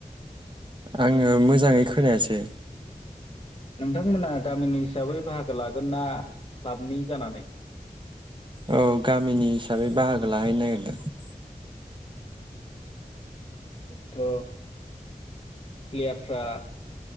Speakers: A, on the right; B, on the left.
A: आङो मोजाङै खोनायासै
B: नोंथांमोना गामिनि हिसाबै बाहागो लागोन ना क्लाबनि जानानै
A: औ गामिनि हिसाबै बाहागो लाहैनो नागिरदों
B: थ' प्लेयारफ्रा